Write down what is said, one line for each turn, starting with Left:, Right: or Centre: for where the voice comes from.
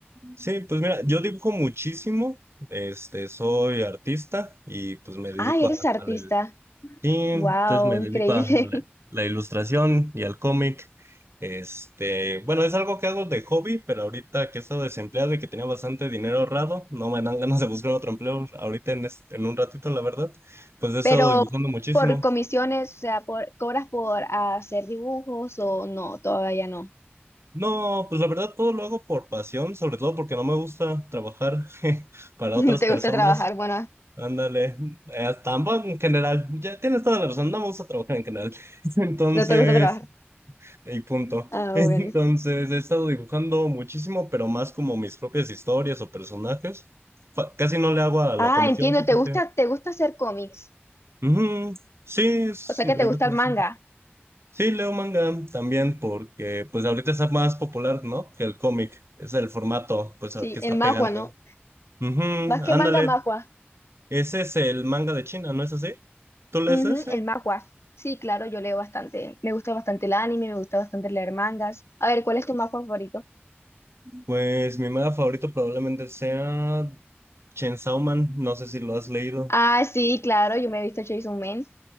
Right: sí, pues mira, yo dibujo muchísimo. Este, soy artista y pues me dedico
Left: Ah, eres
Right: a,
Left: artista.
Right: a la Sí, entonces
Left: Wow,
Right: me
Left: increíble.
Right: dedico a la, la ilustración y al cómic. Este, bueno, es algo que hago de hobby, pero ahorita que he estado desempleado y que tenía bastante dinero ahorrado, no me dan ganas de buscar otro empleo ahorita en, este- en un ratito, la verdad.
Left: <laughs>
Right: Pues he estado
Left: Pero
Right: dibujando muchísimo.
Left: por comisiones, o sea, por, ¿cobras por hacer dibujos o no? Todavía no.
Right: No, pues la verdad todo lo hago por pasión, sobre todo porque no me gusta trabajar <laughs>
Left: <laughs>
Right: para
Left: No
Right: otras
Left: te
Right: personas.
Left: gusta trabajar, bueno,
Right: Ándale, eh, tampoco en general, ya tienes toda la razón, no me gusta trabajar en general. <laughs> Entonces...
Left: no te gusta trabajar.
Right: Y punto.
Left: Ah,
Right: <laughs> Entonces,
Left: bueno.
Right: he estado dibujando muchísimo, pero más como mis propias historias o personajes. Fa- casi no le hago a la
Left: Ah,
Right: comisión,
Left: entiendo,
Right: fíjate.
Left: te gusta, te gusta hacer cómics.
Right: Ujú, Sí, es,
Left: O sea
Right: me
Left: que te gusta
Right: late
Left: el
Right: bastante.
Left: manga.
Right: Sí, leo manga también porque pues ahorita está más popular, ¿no? Que el cómic. Es el formato, pues,
Left: Sí,
Right: al que está
Left: el manhwa,
Right: pegando.
Left: ¿no?
Right: Ujú,
Left: Más
Right: ándale.
Left: que manga, manhwa.
Right: Ese es el manga de China, ¿no es así? ¿Tú lees
Left: Ujú,
Right: ese?
Left: el manhwa. Sí, claro, yo leo bastante. Me gusta bastante el anime, me gusta bastante leer mangas. A ver, ¿cuál es tu manhwa favorito?
Right: Pues mi manga favorito probablemente sea Chainsaw Man. No sé si lo has leído.
Left: Ah, sí, claro, yo me he visto Chainsaw Man.